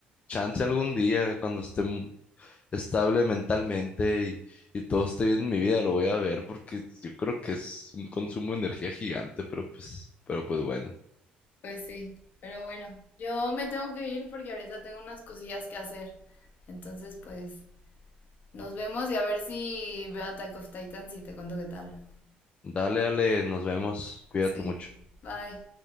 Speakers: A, on the left; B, on the left.
A: chance algún día cuando esté estable mentalmente y, y todo esté bien en mi vida, lo voy a ver porque yo creo que es un consumo de energía gigante, pero pues, pero pues bueno.
B: pues sí. Pero bueno, yo me tengo que ir porque ahorita tengo unas cosillas que hacer. Entonces, pues, nos vemos y a ver si veo Attack of Titans y te cuento qué tal.
A: Dale, dale, nos vemos. Cuídate
B: Sí,
A: mucho.
B: bye.